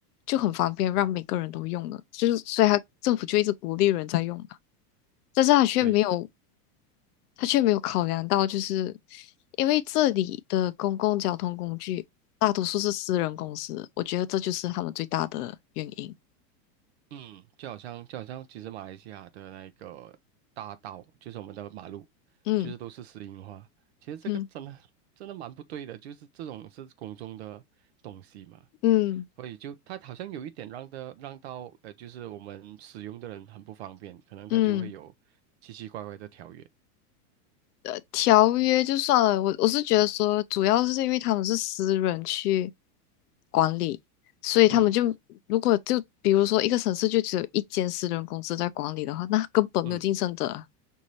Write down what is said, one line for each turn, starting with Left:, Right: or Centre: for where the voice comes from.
Left: 就很方便，让每个人都用的，就是所以他政府就一直鼓励人在用嘛。但是他却没有，
Right: 对。
Left: 他却没有考量到，就是因为这里的公共交通工具大多数是私人公司，我觉得这就是他们最大的原因。
Right: 嗯，就好像就好像其实马来西亚的那个大道，就是我们的马路，
Left: 嗯
Right: 就是都是石英花。其实这个真的真的蛮不对的，
Left: 嗯
Right: 就是这种是公众的东西嘛，
Left: 嗯
Right: 所以就它好像有一点让的让到呃，就是我们使用的人很不方便，可能它就会有奇奇怪怪的条约。
Left: 嗯。呃条约就算了，我我是觉得说，主要是因为他们是私人去管理，所以他们就如果就比如说一个城市就只有一间私人公司在管理的话，
Right: 嗯
Left: 那根本没有竞争者啊
Right: 嗯，